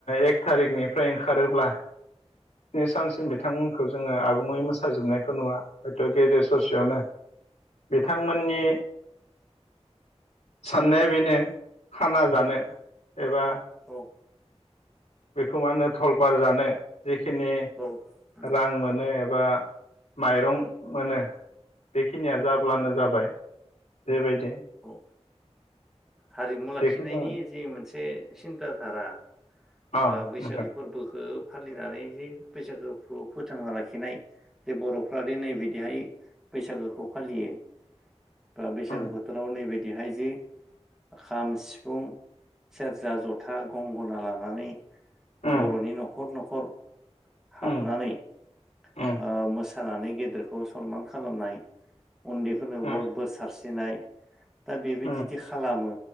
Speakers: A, on the left; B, in the centre.
A: एक थारिखनिफ्राय ओंखारोब्ला स्नि सान सिम बिथांमोनखौ जोङो आबुङै मोसाजोबनायखौ नुवा। हयथ' गेजेर ससेयावनो बिथांमोननि साननाया बेनो खाना जानो एबा
B: औ
A: बेखौ मा होनो थलपार जानो जिखिनि
B: उम
A: रां मोन नो एबा माइरं मोनो बेखिनिया जाब्लानो जाबाय। बेबायदि
B: औ हारिमु लाखिनायनि
A: बेखौ जोङो
B: जि मोनसे सिन्था धारा
A: औ
B: बा बैसागो
A: नोंथां
B: फोरबोखो फालिनानै जे बैसागो फोथांना लाखिनाय हे बर'फ्रा दे नैबिदिहाय बैसागोखौ फालियो बा बैसागु
A: उम
B: बोथोराव नैबदिहाय जे खाम, सिफुं, सेरजा, जथा, गंगना लानानै
A: उम
B: बर'नि न'खर न'खर हाबनानै
A: उम
B: ओ
A: उम
B: मोसानानै गेदेरखौ सनमान खालामनाय उन्दैफोरनोबो
A: उम
B: बोर सारस्रिनाय दा बेबायदिदि
A: उम
B: खालामो